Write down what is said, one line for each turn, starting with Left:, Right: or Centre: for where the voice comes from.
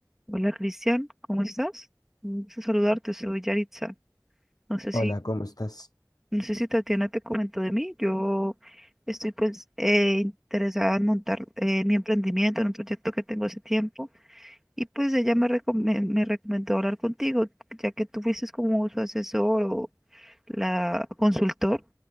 Centre: Hola Cristian, ¿cómo estás? Un gusto saludarte, soy Yaritza. No sé si,
Left: Hola, ¿cómo estás?
Centre: no sé si Tatiana te comentó de mí. Yo estoy pues eh, interesada en montar eh, mi emprendimiento en un proyecto que tengo hace tiempo y pues ella me, recom- me, me recomendó hablar contigo, ya que tú fuiste como su asesor o la consultor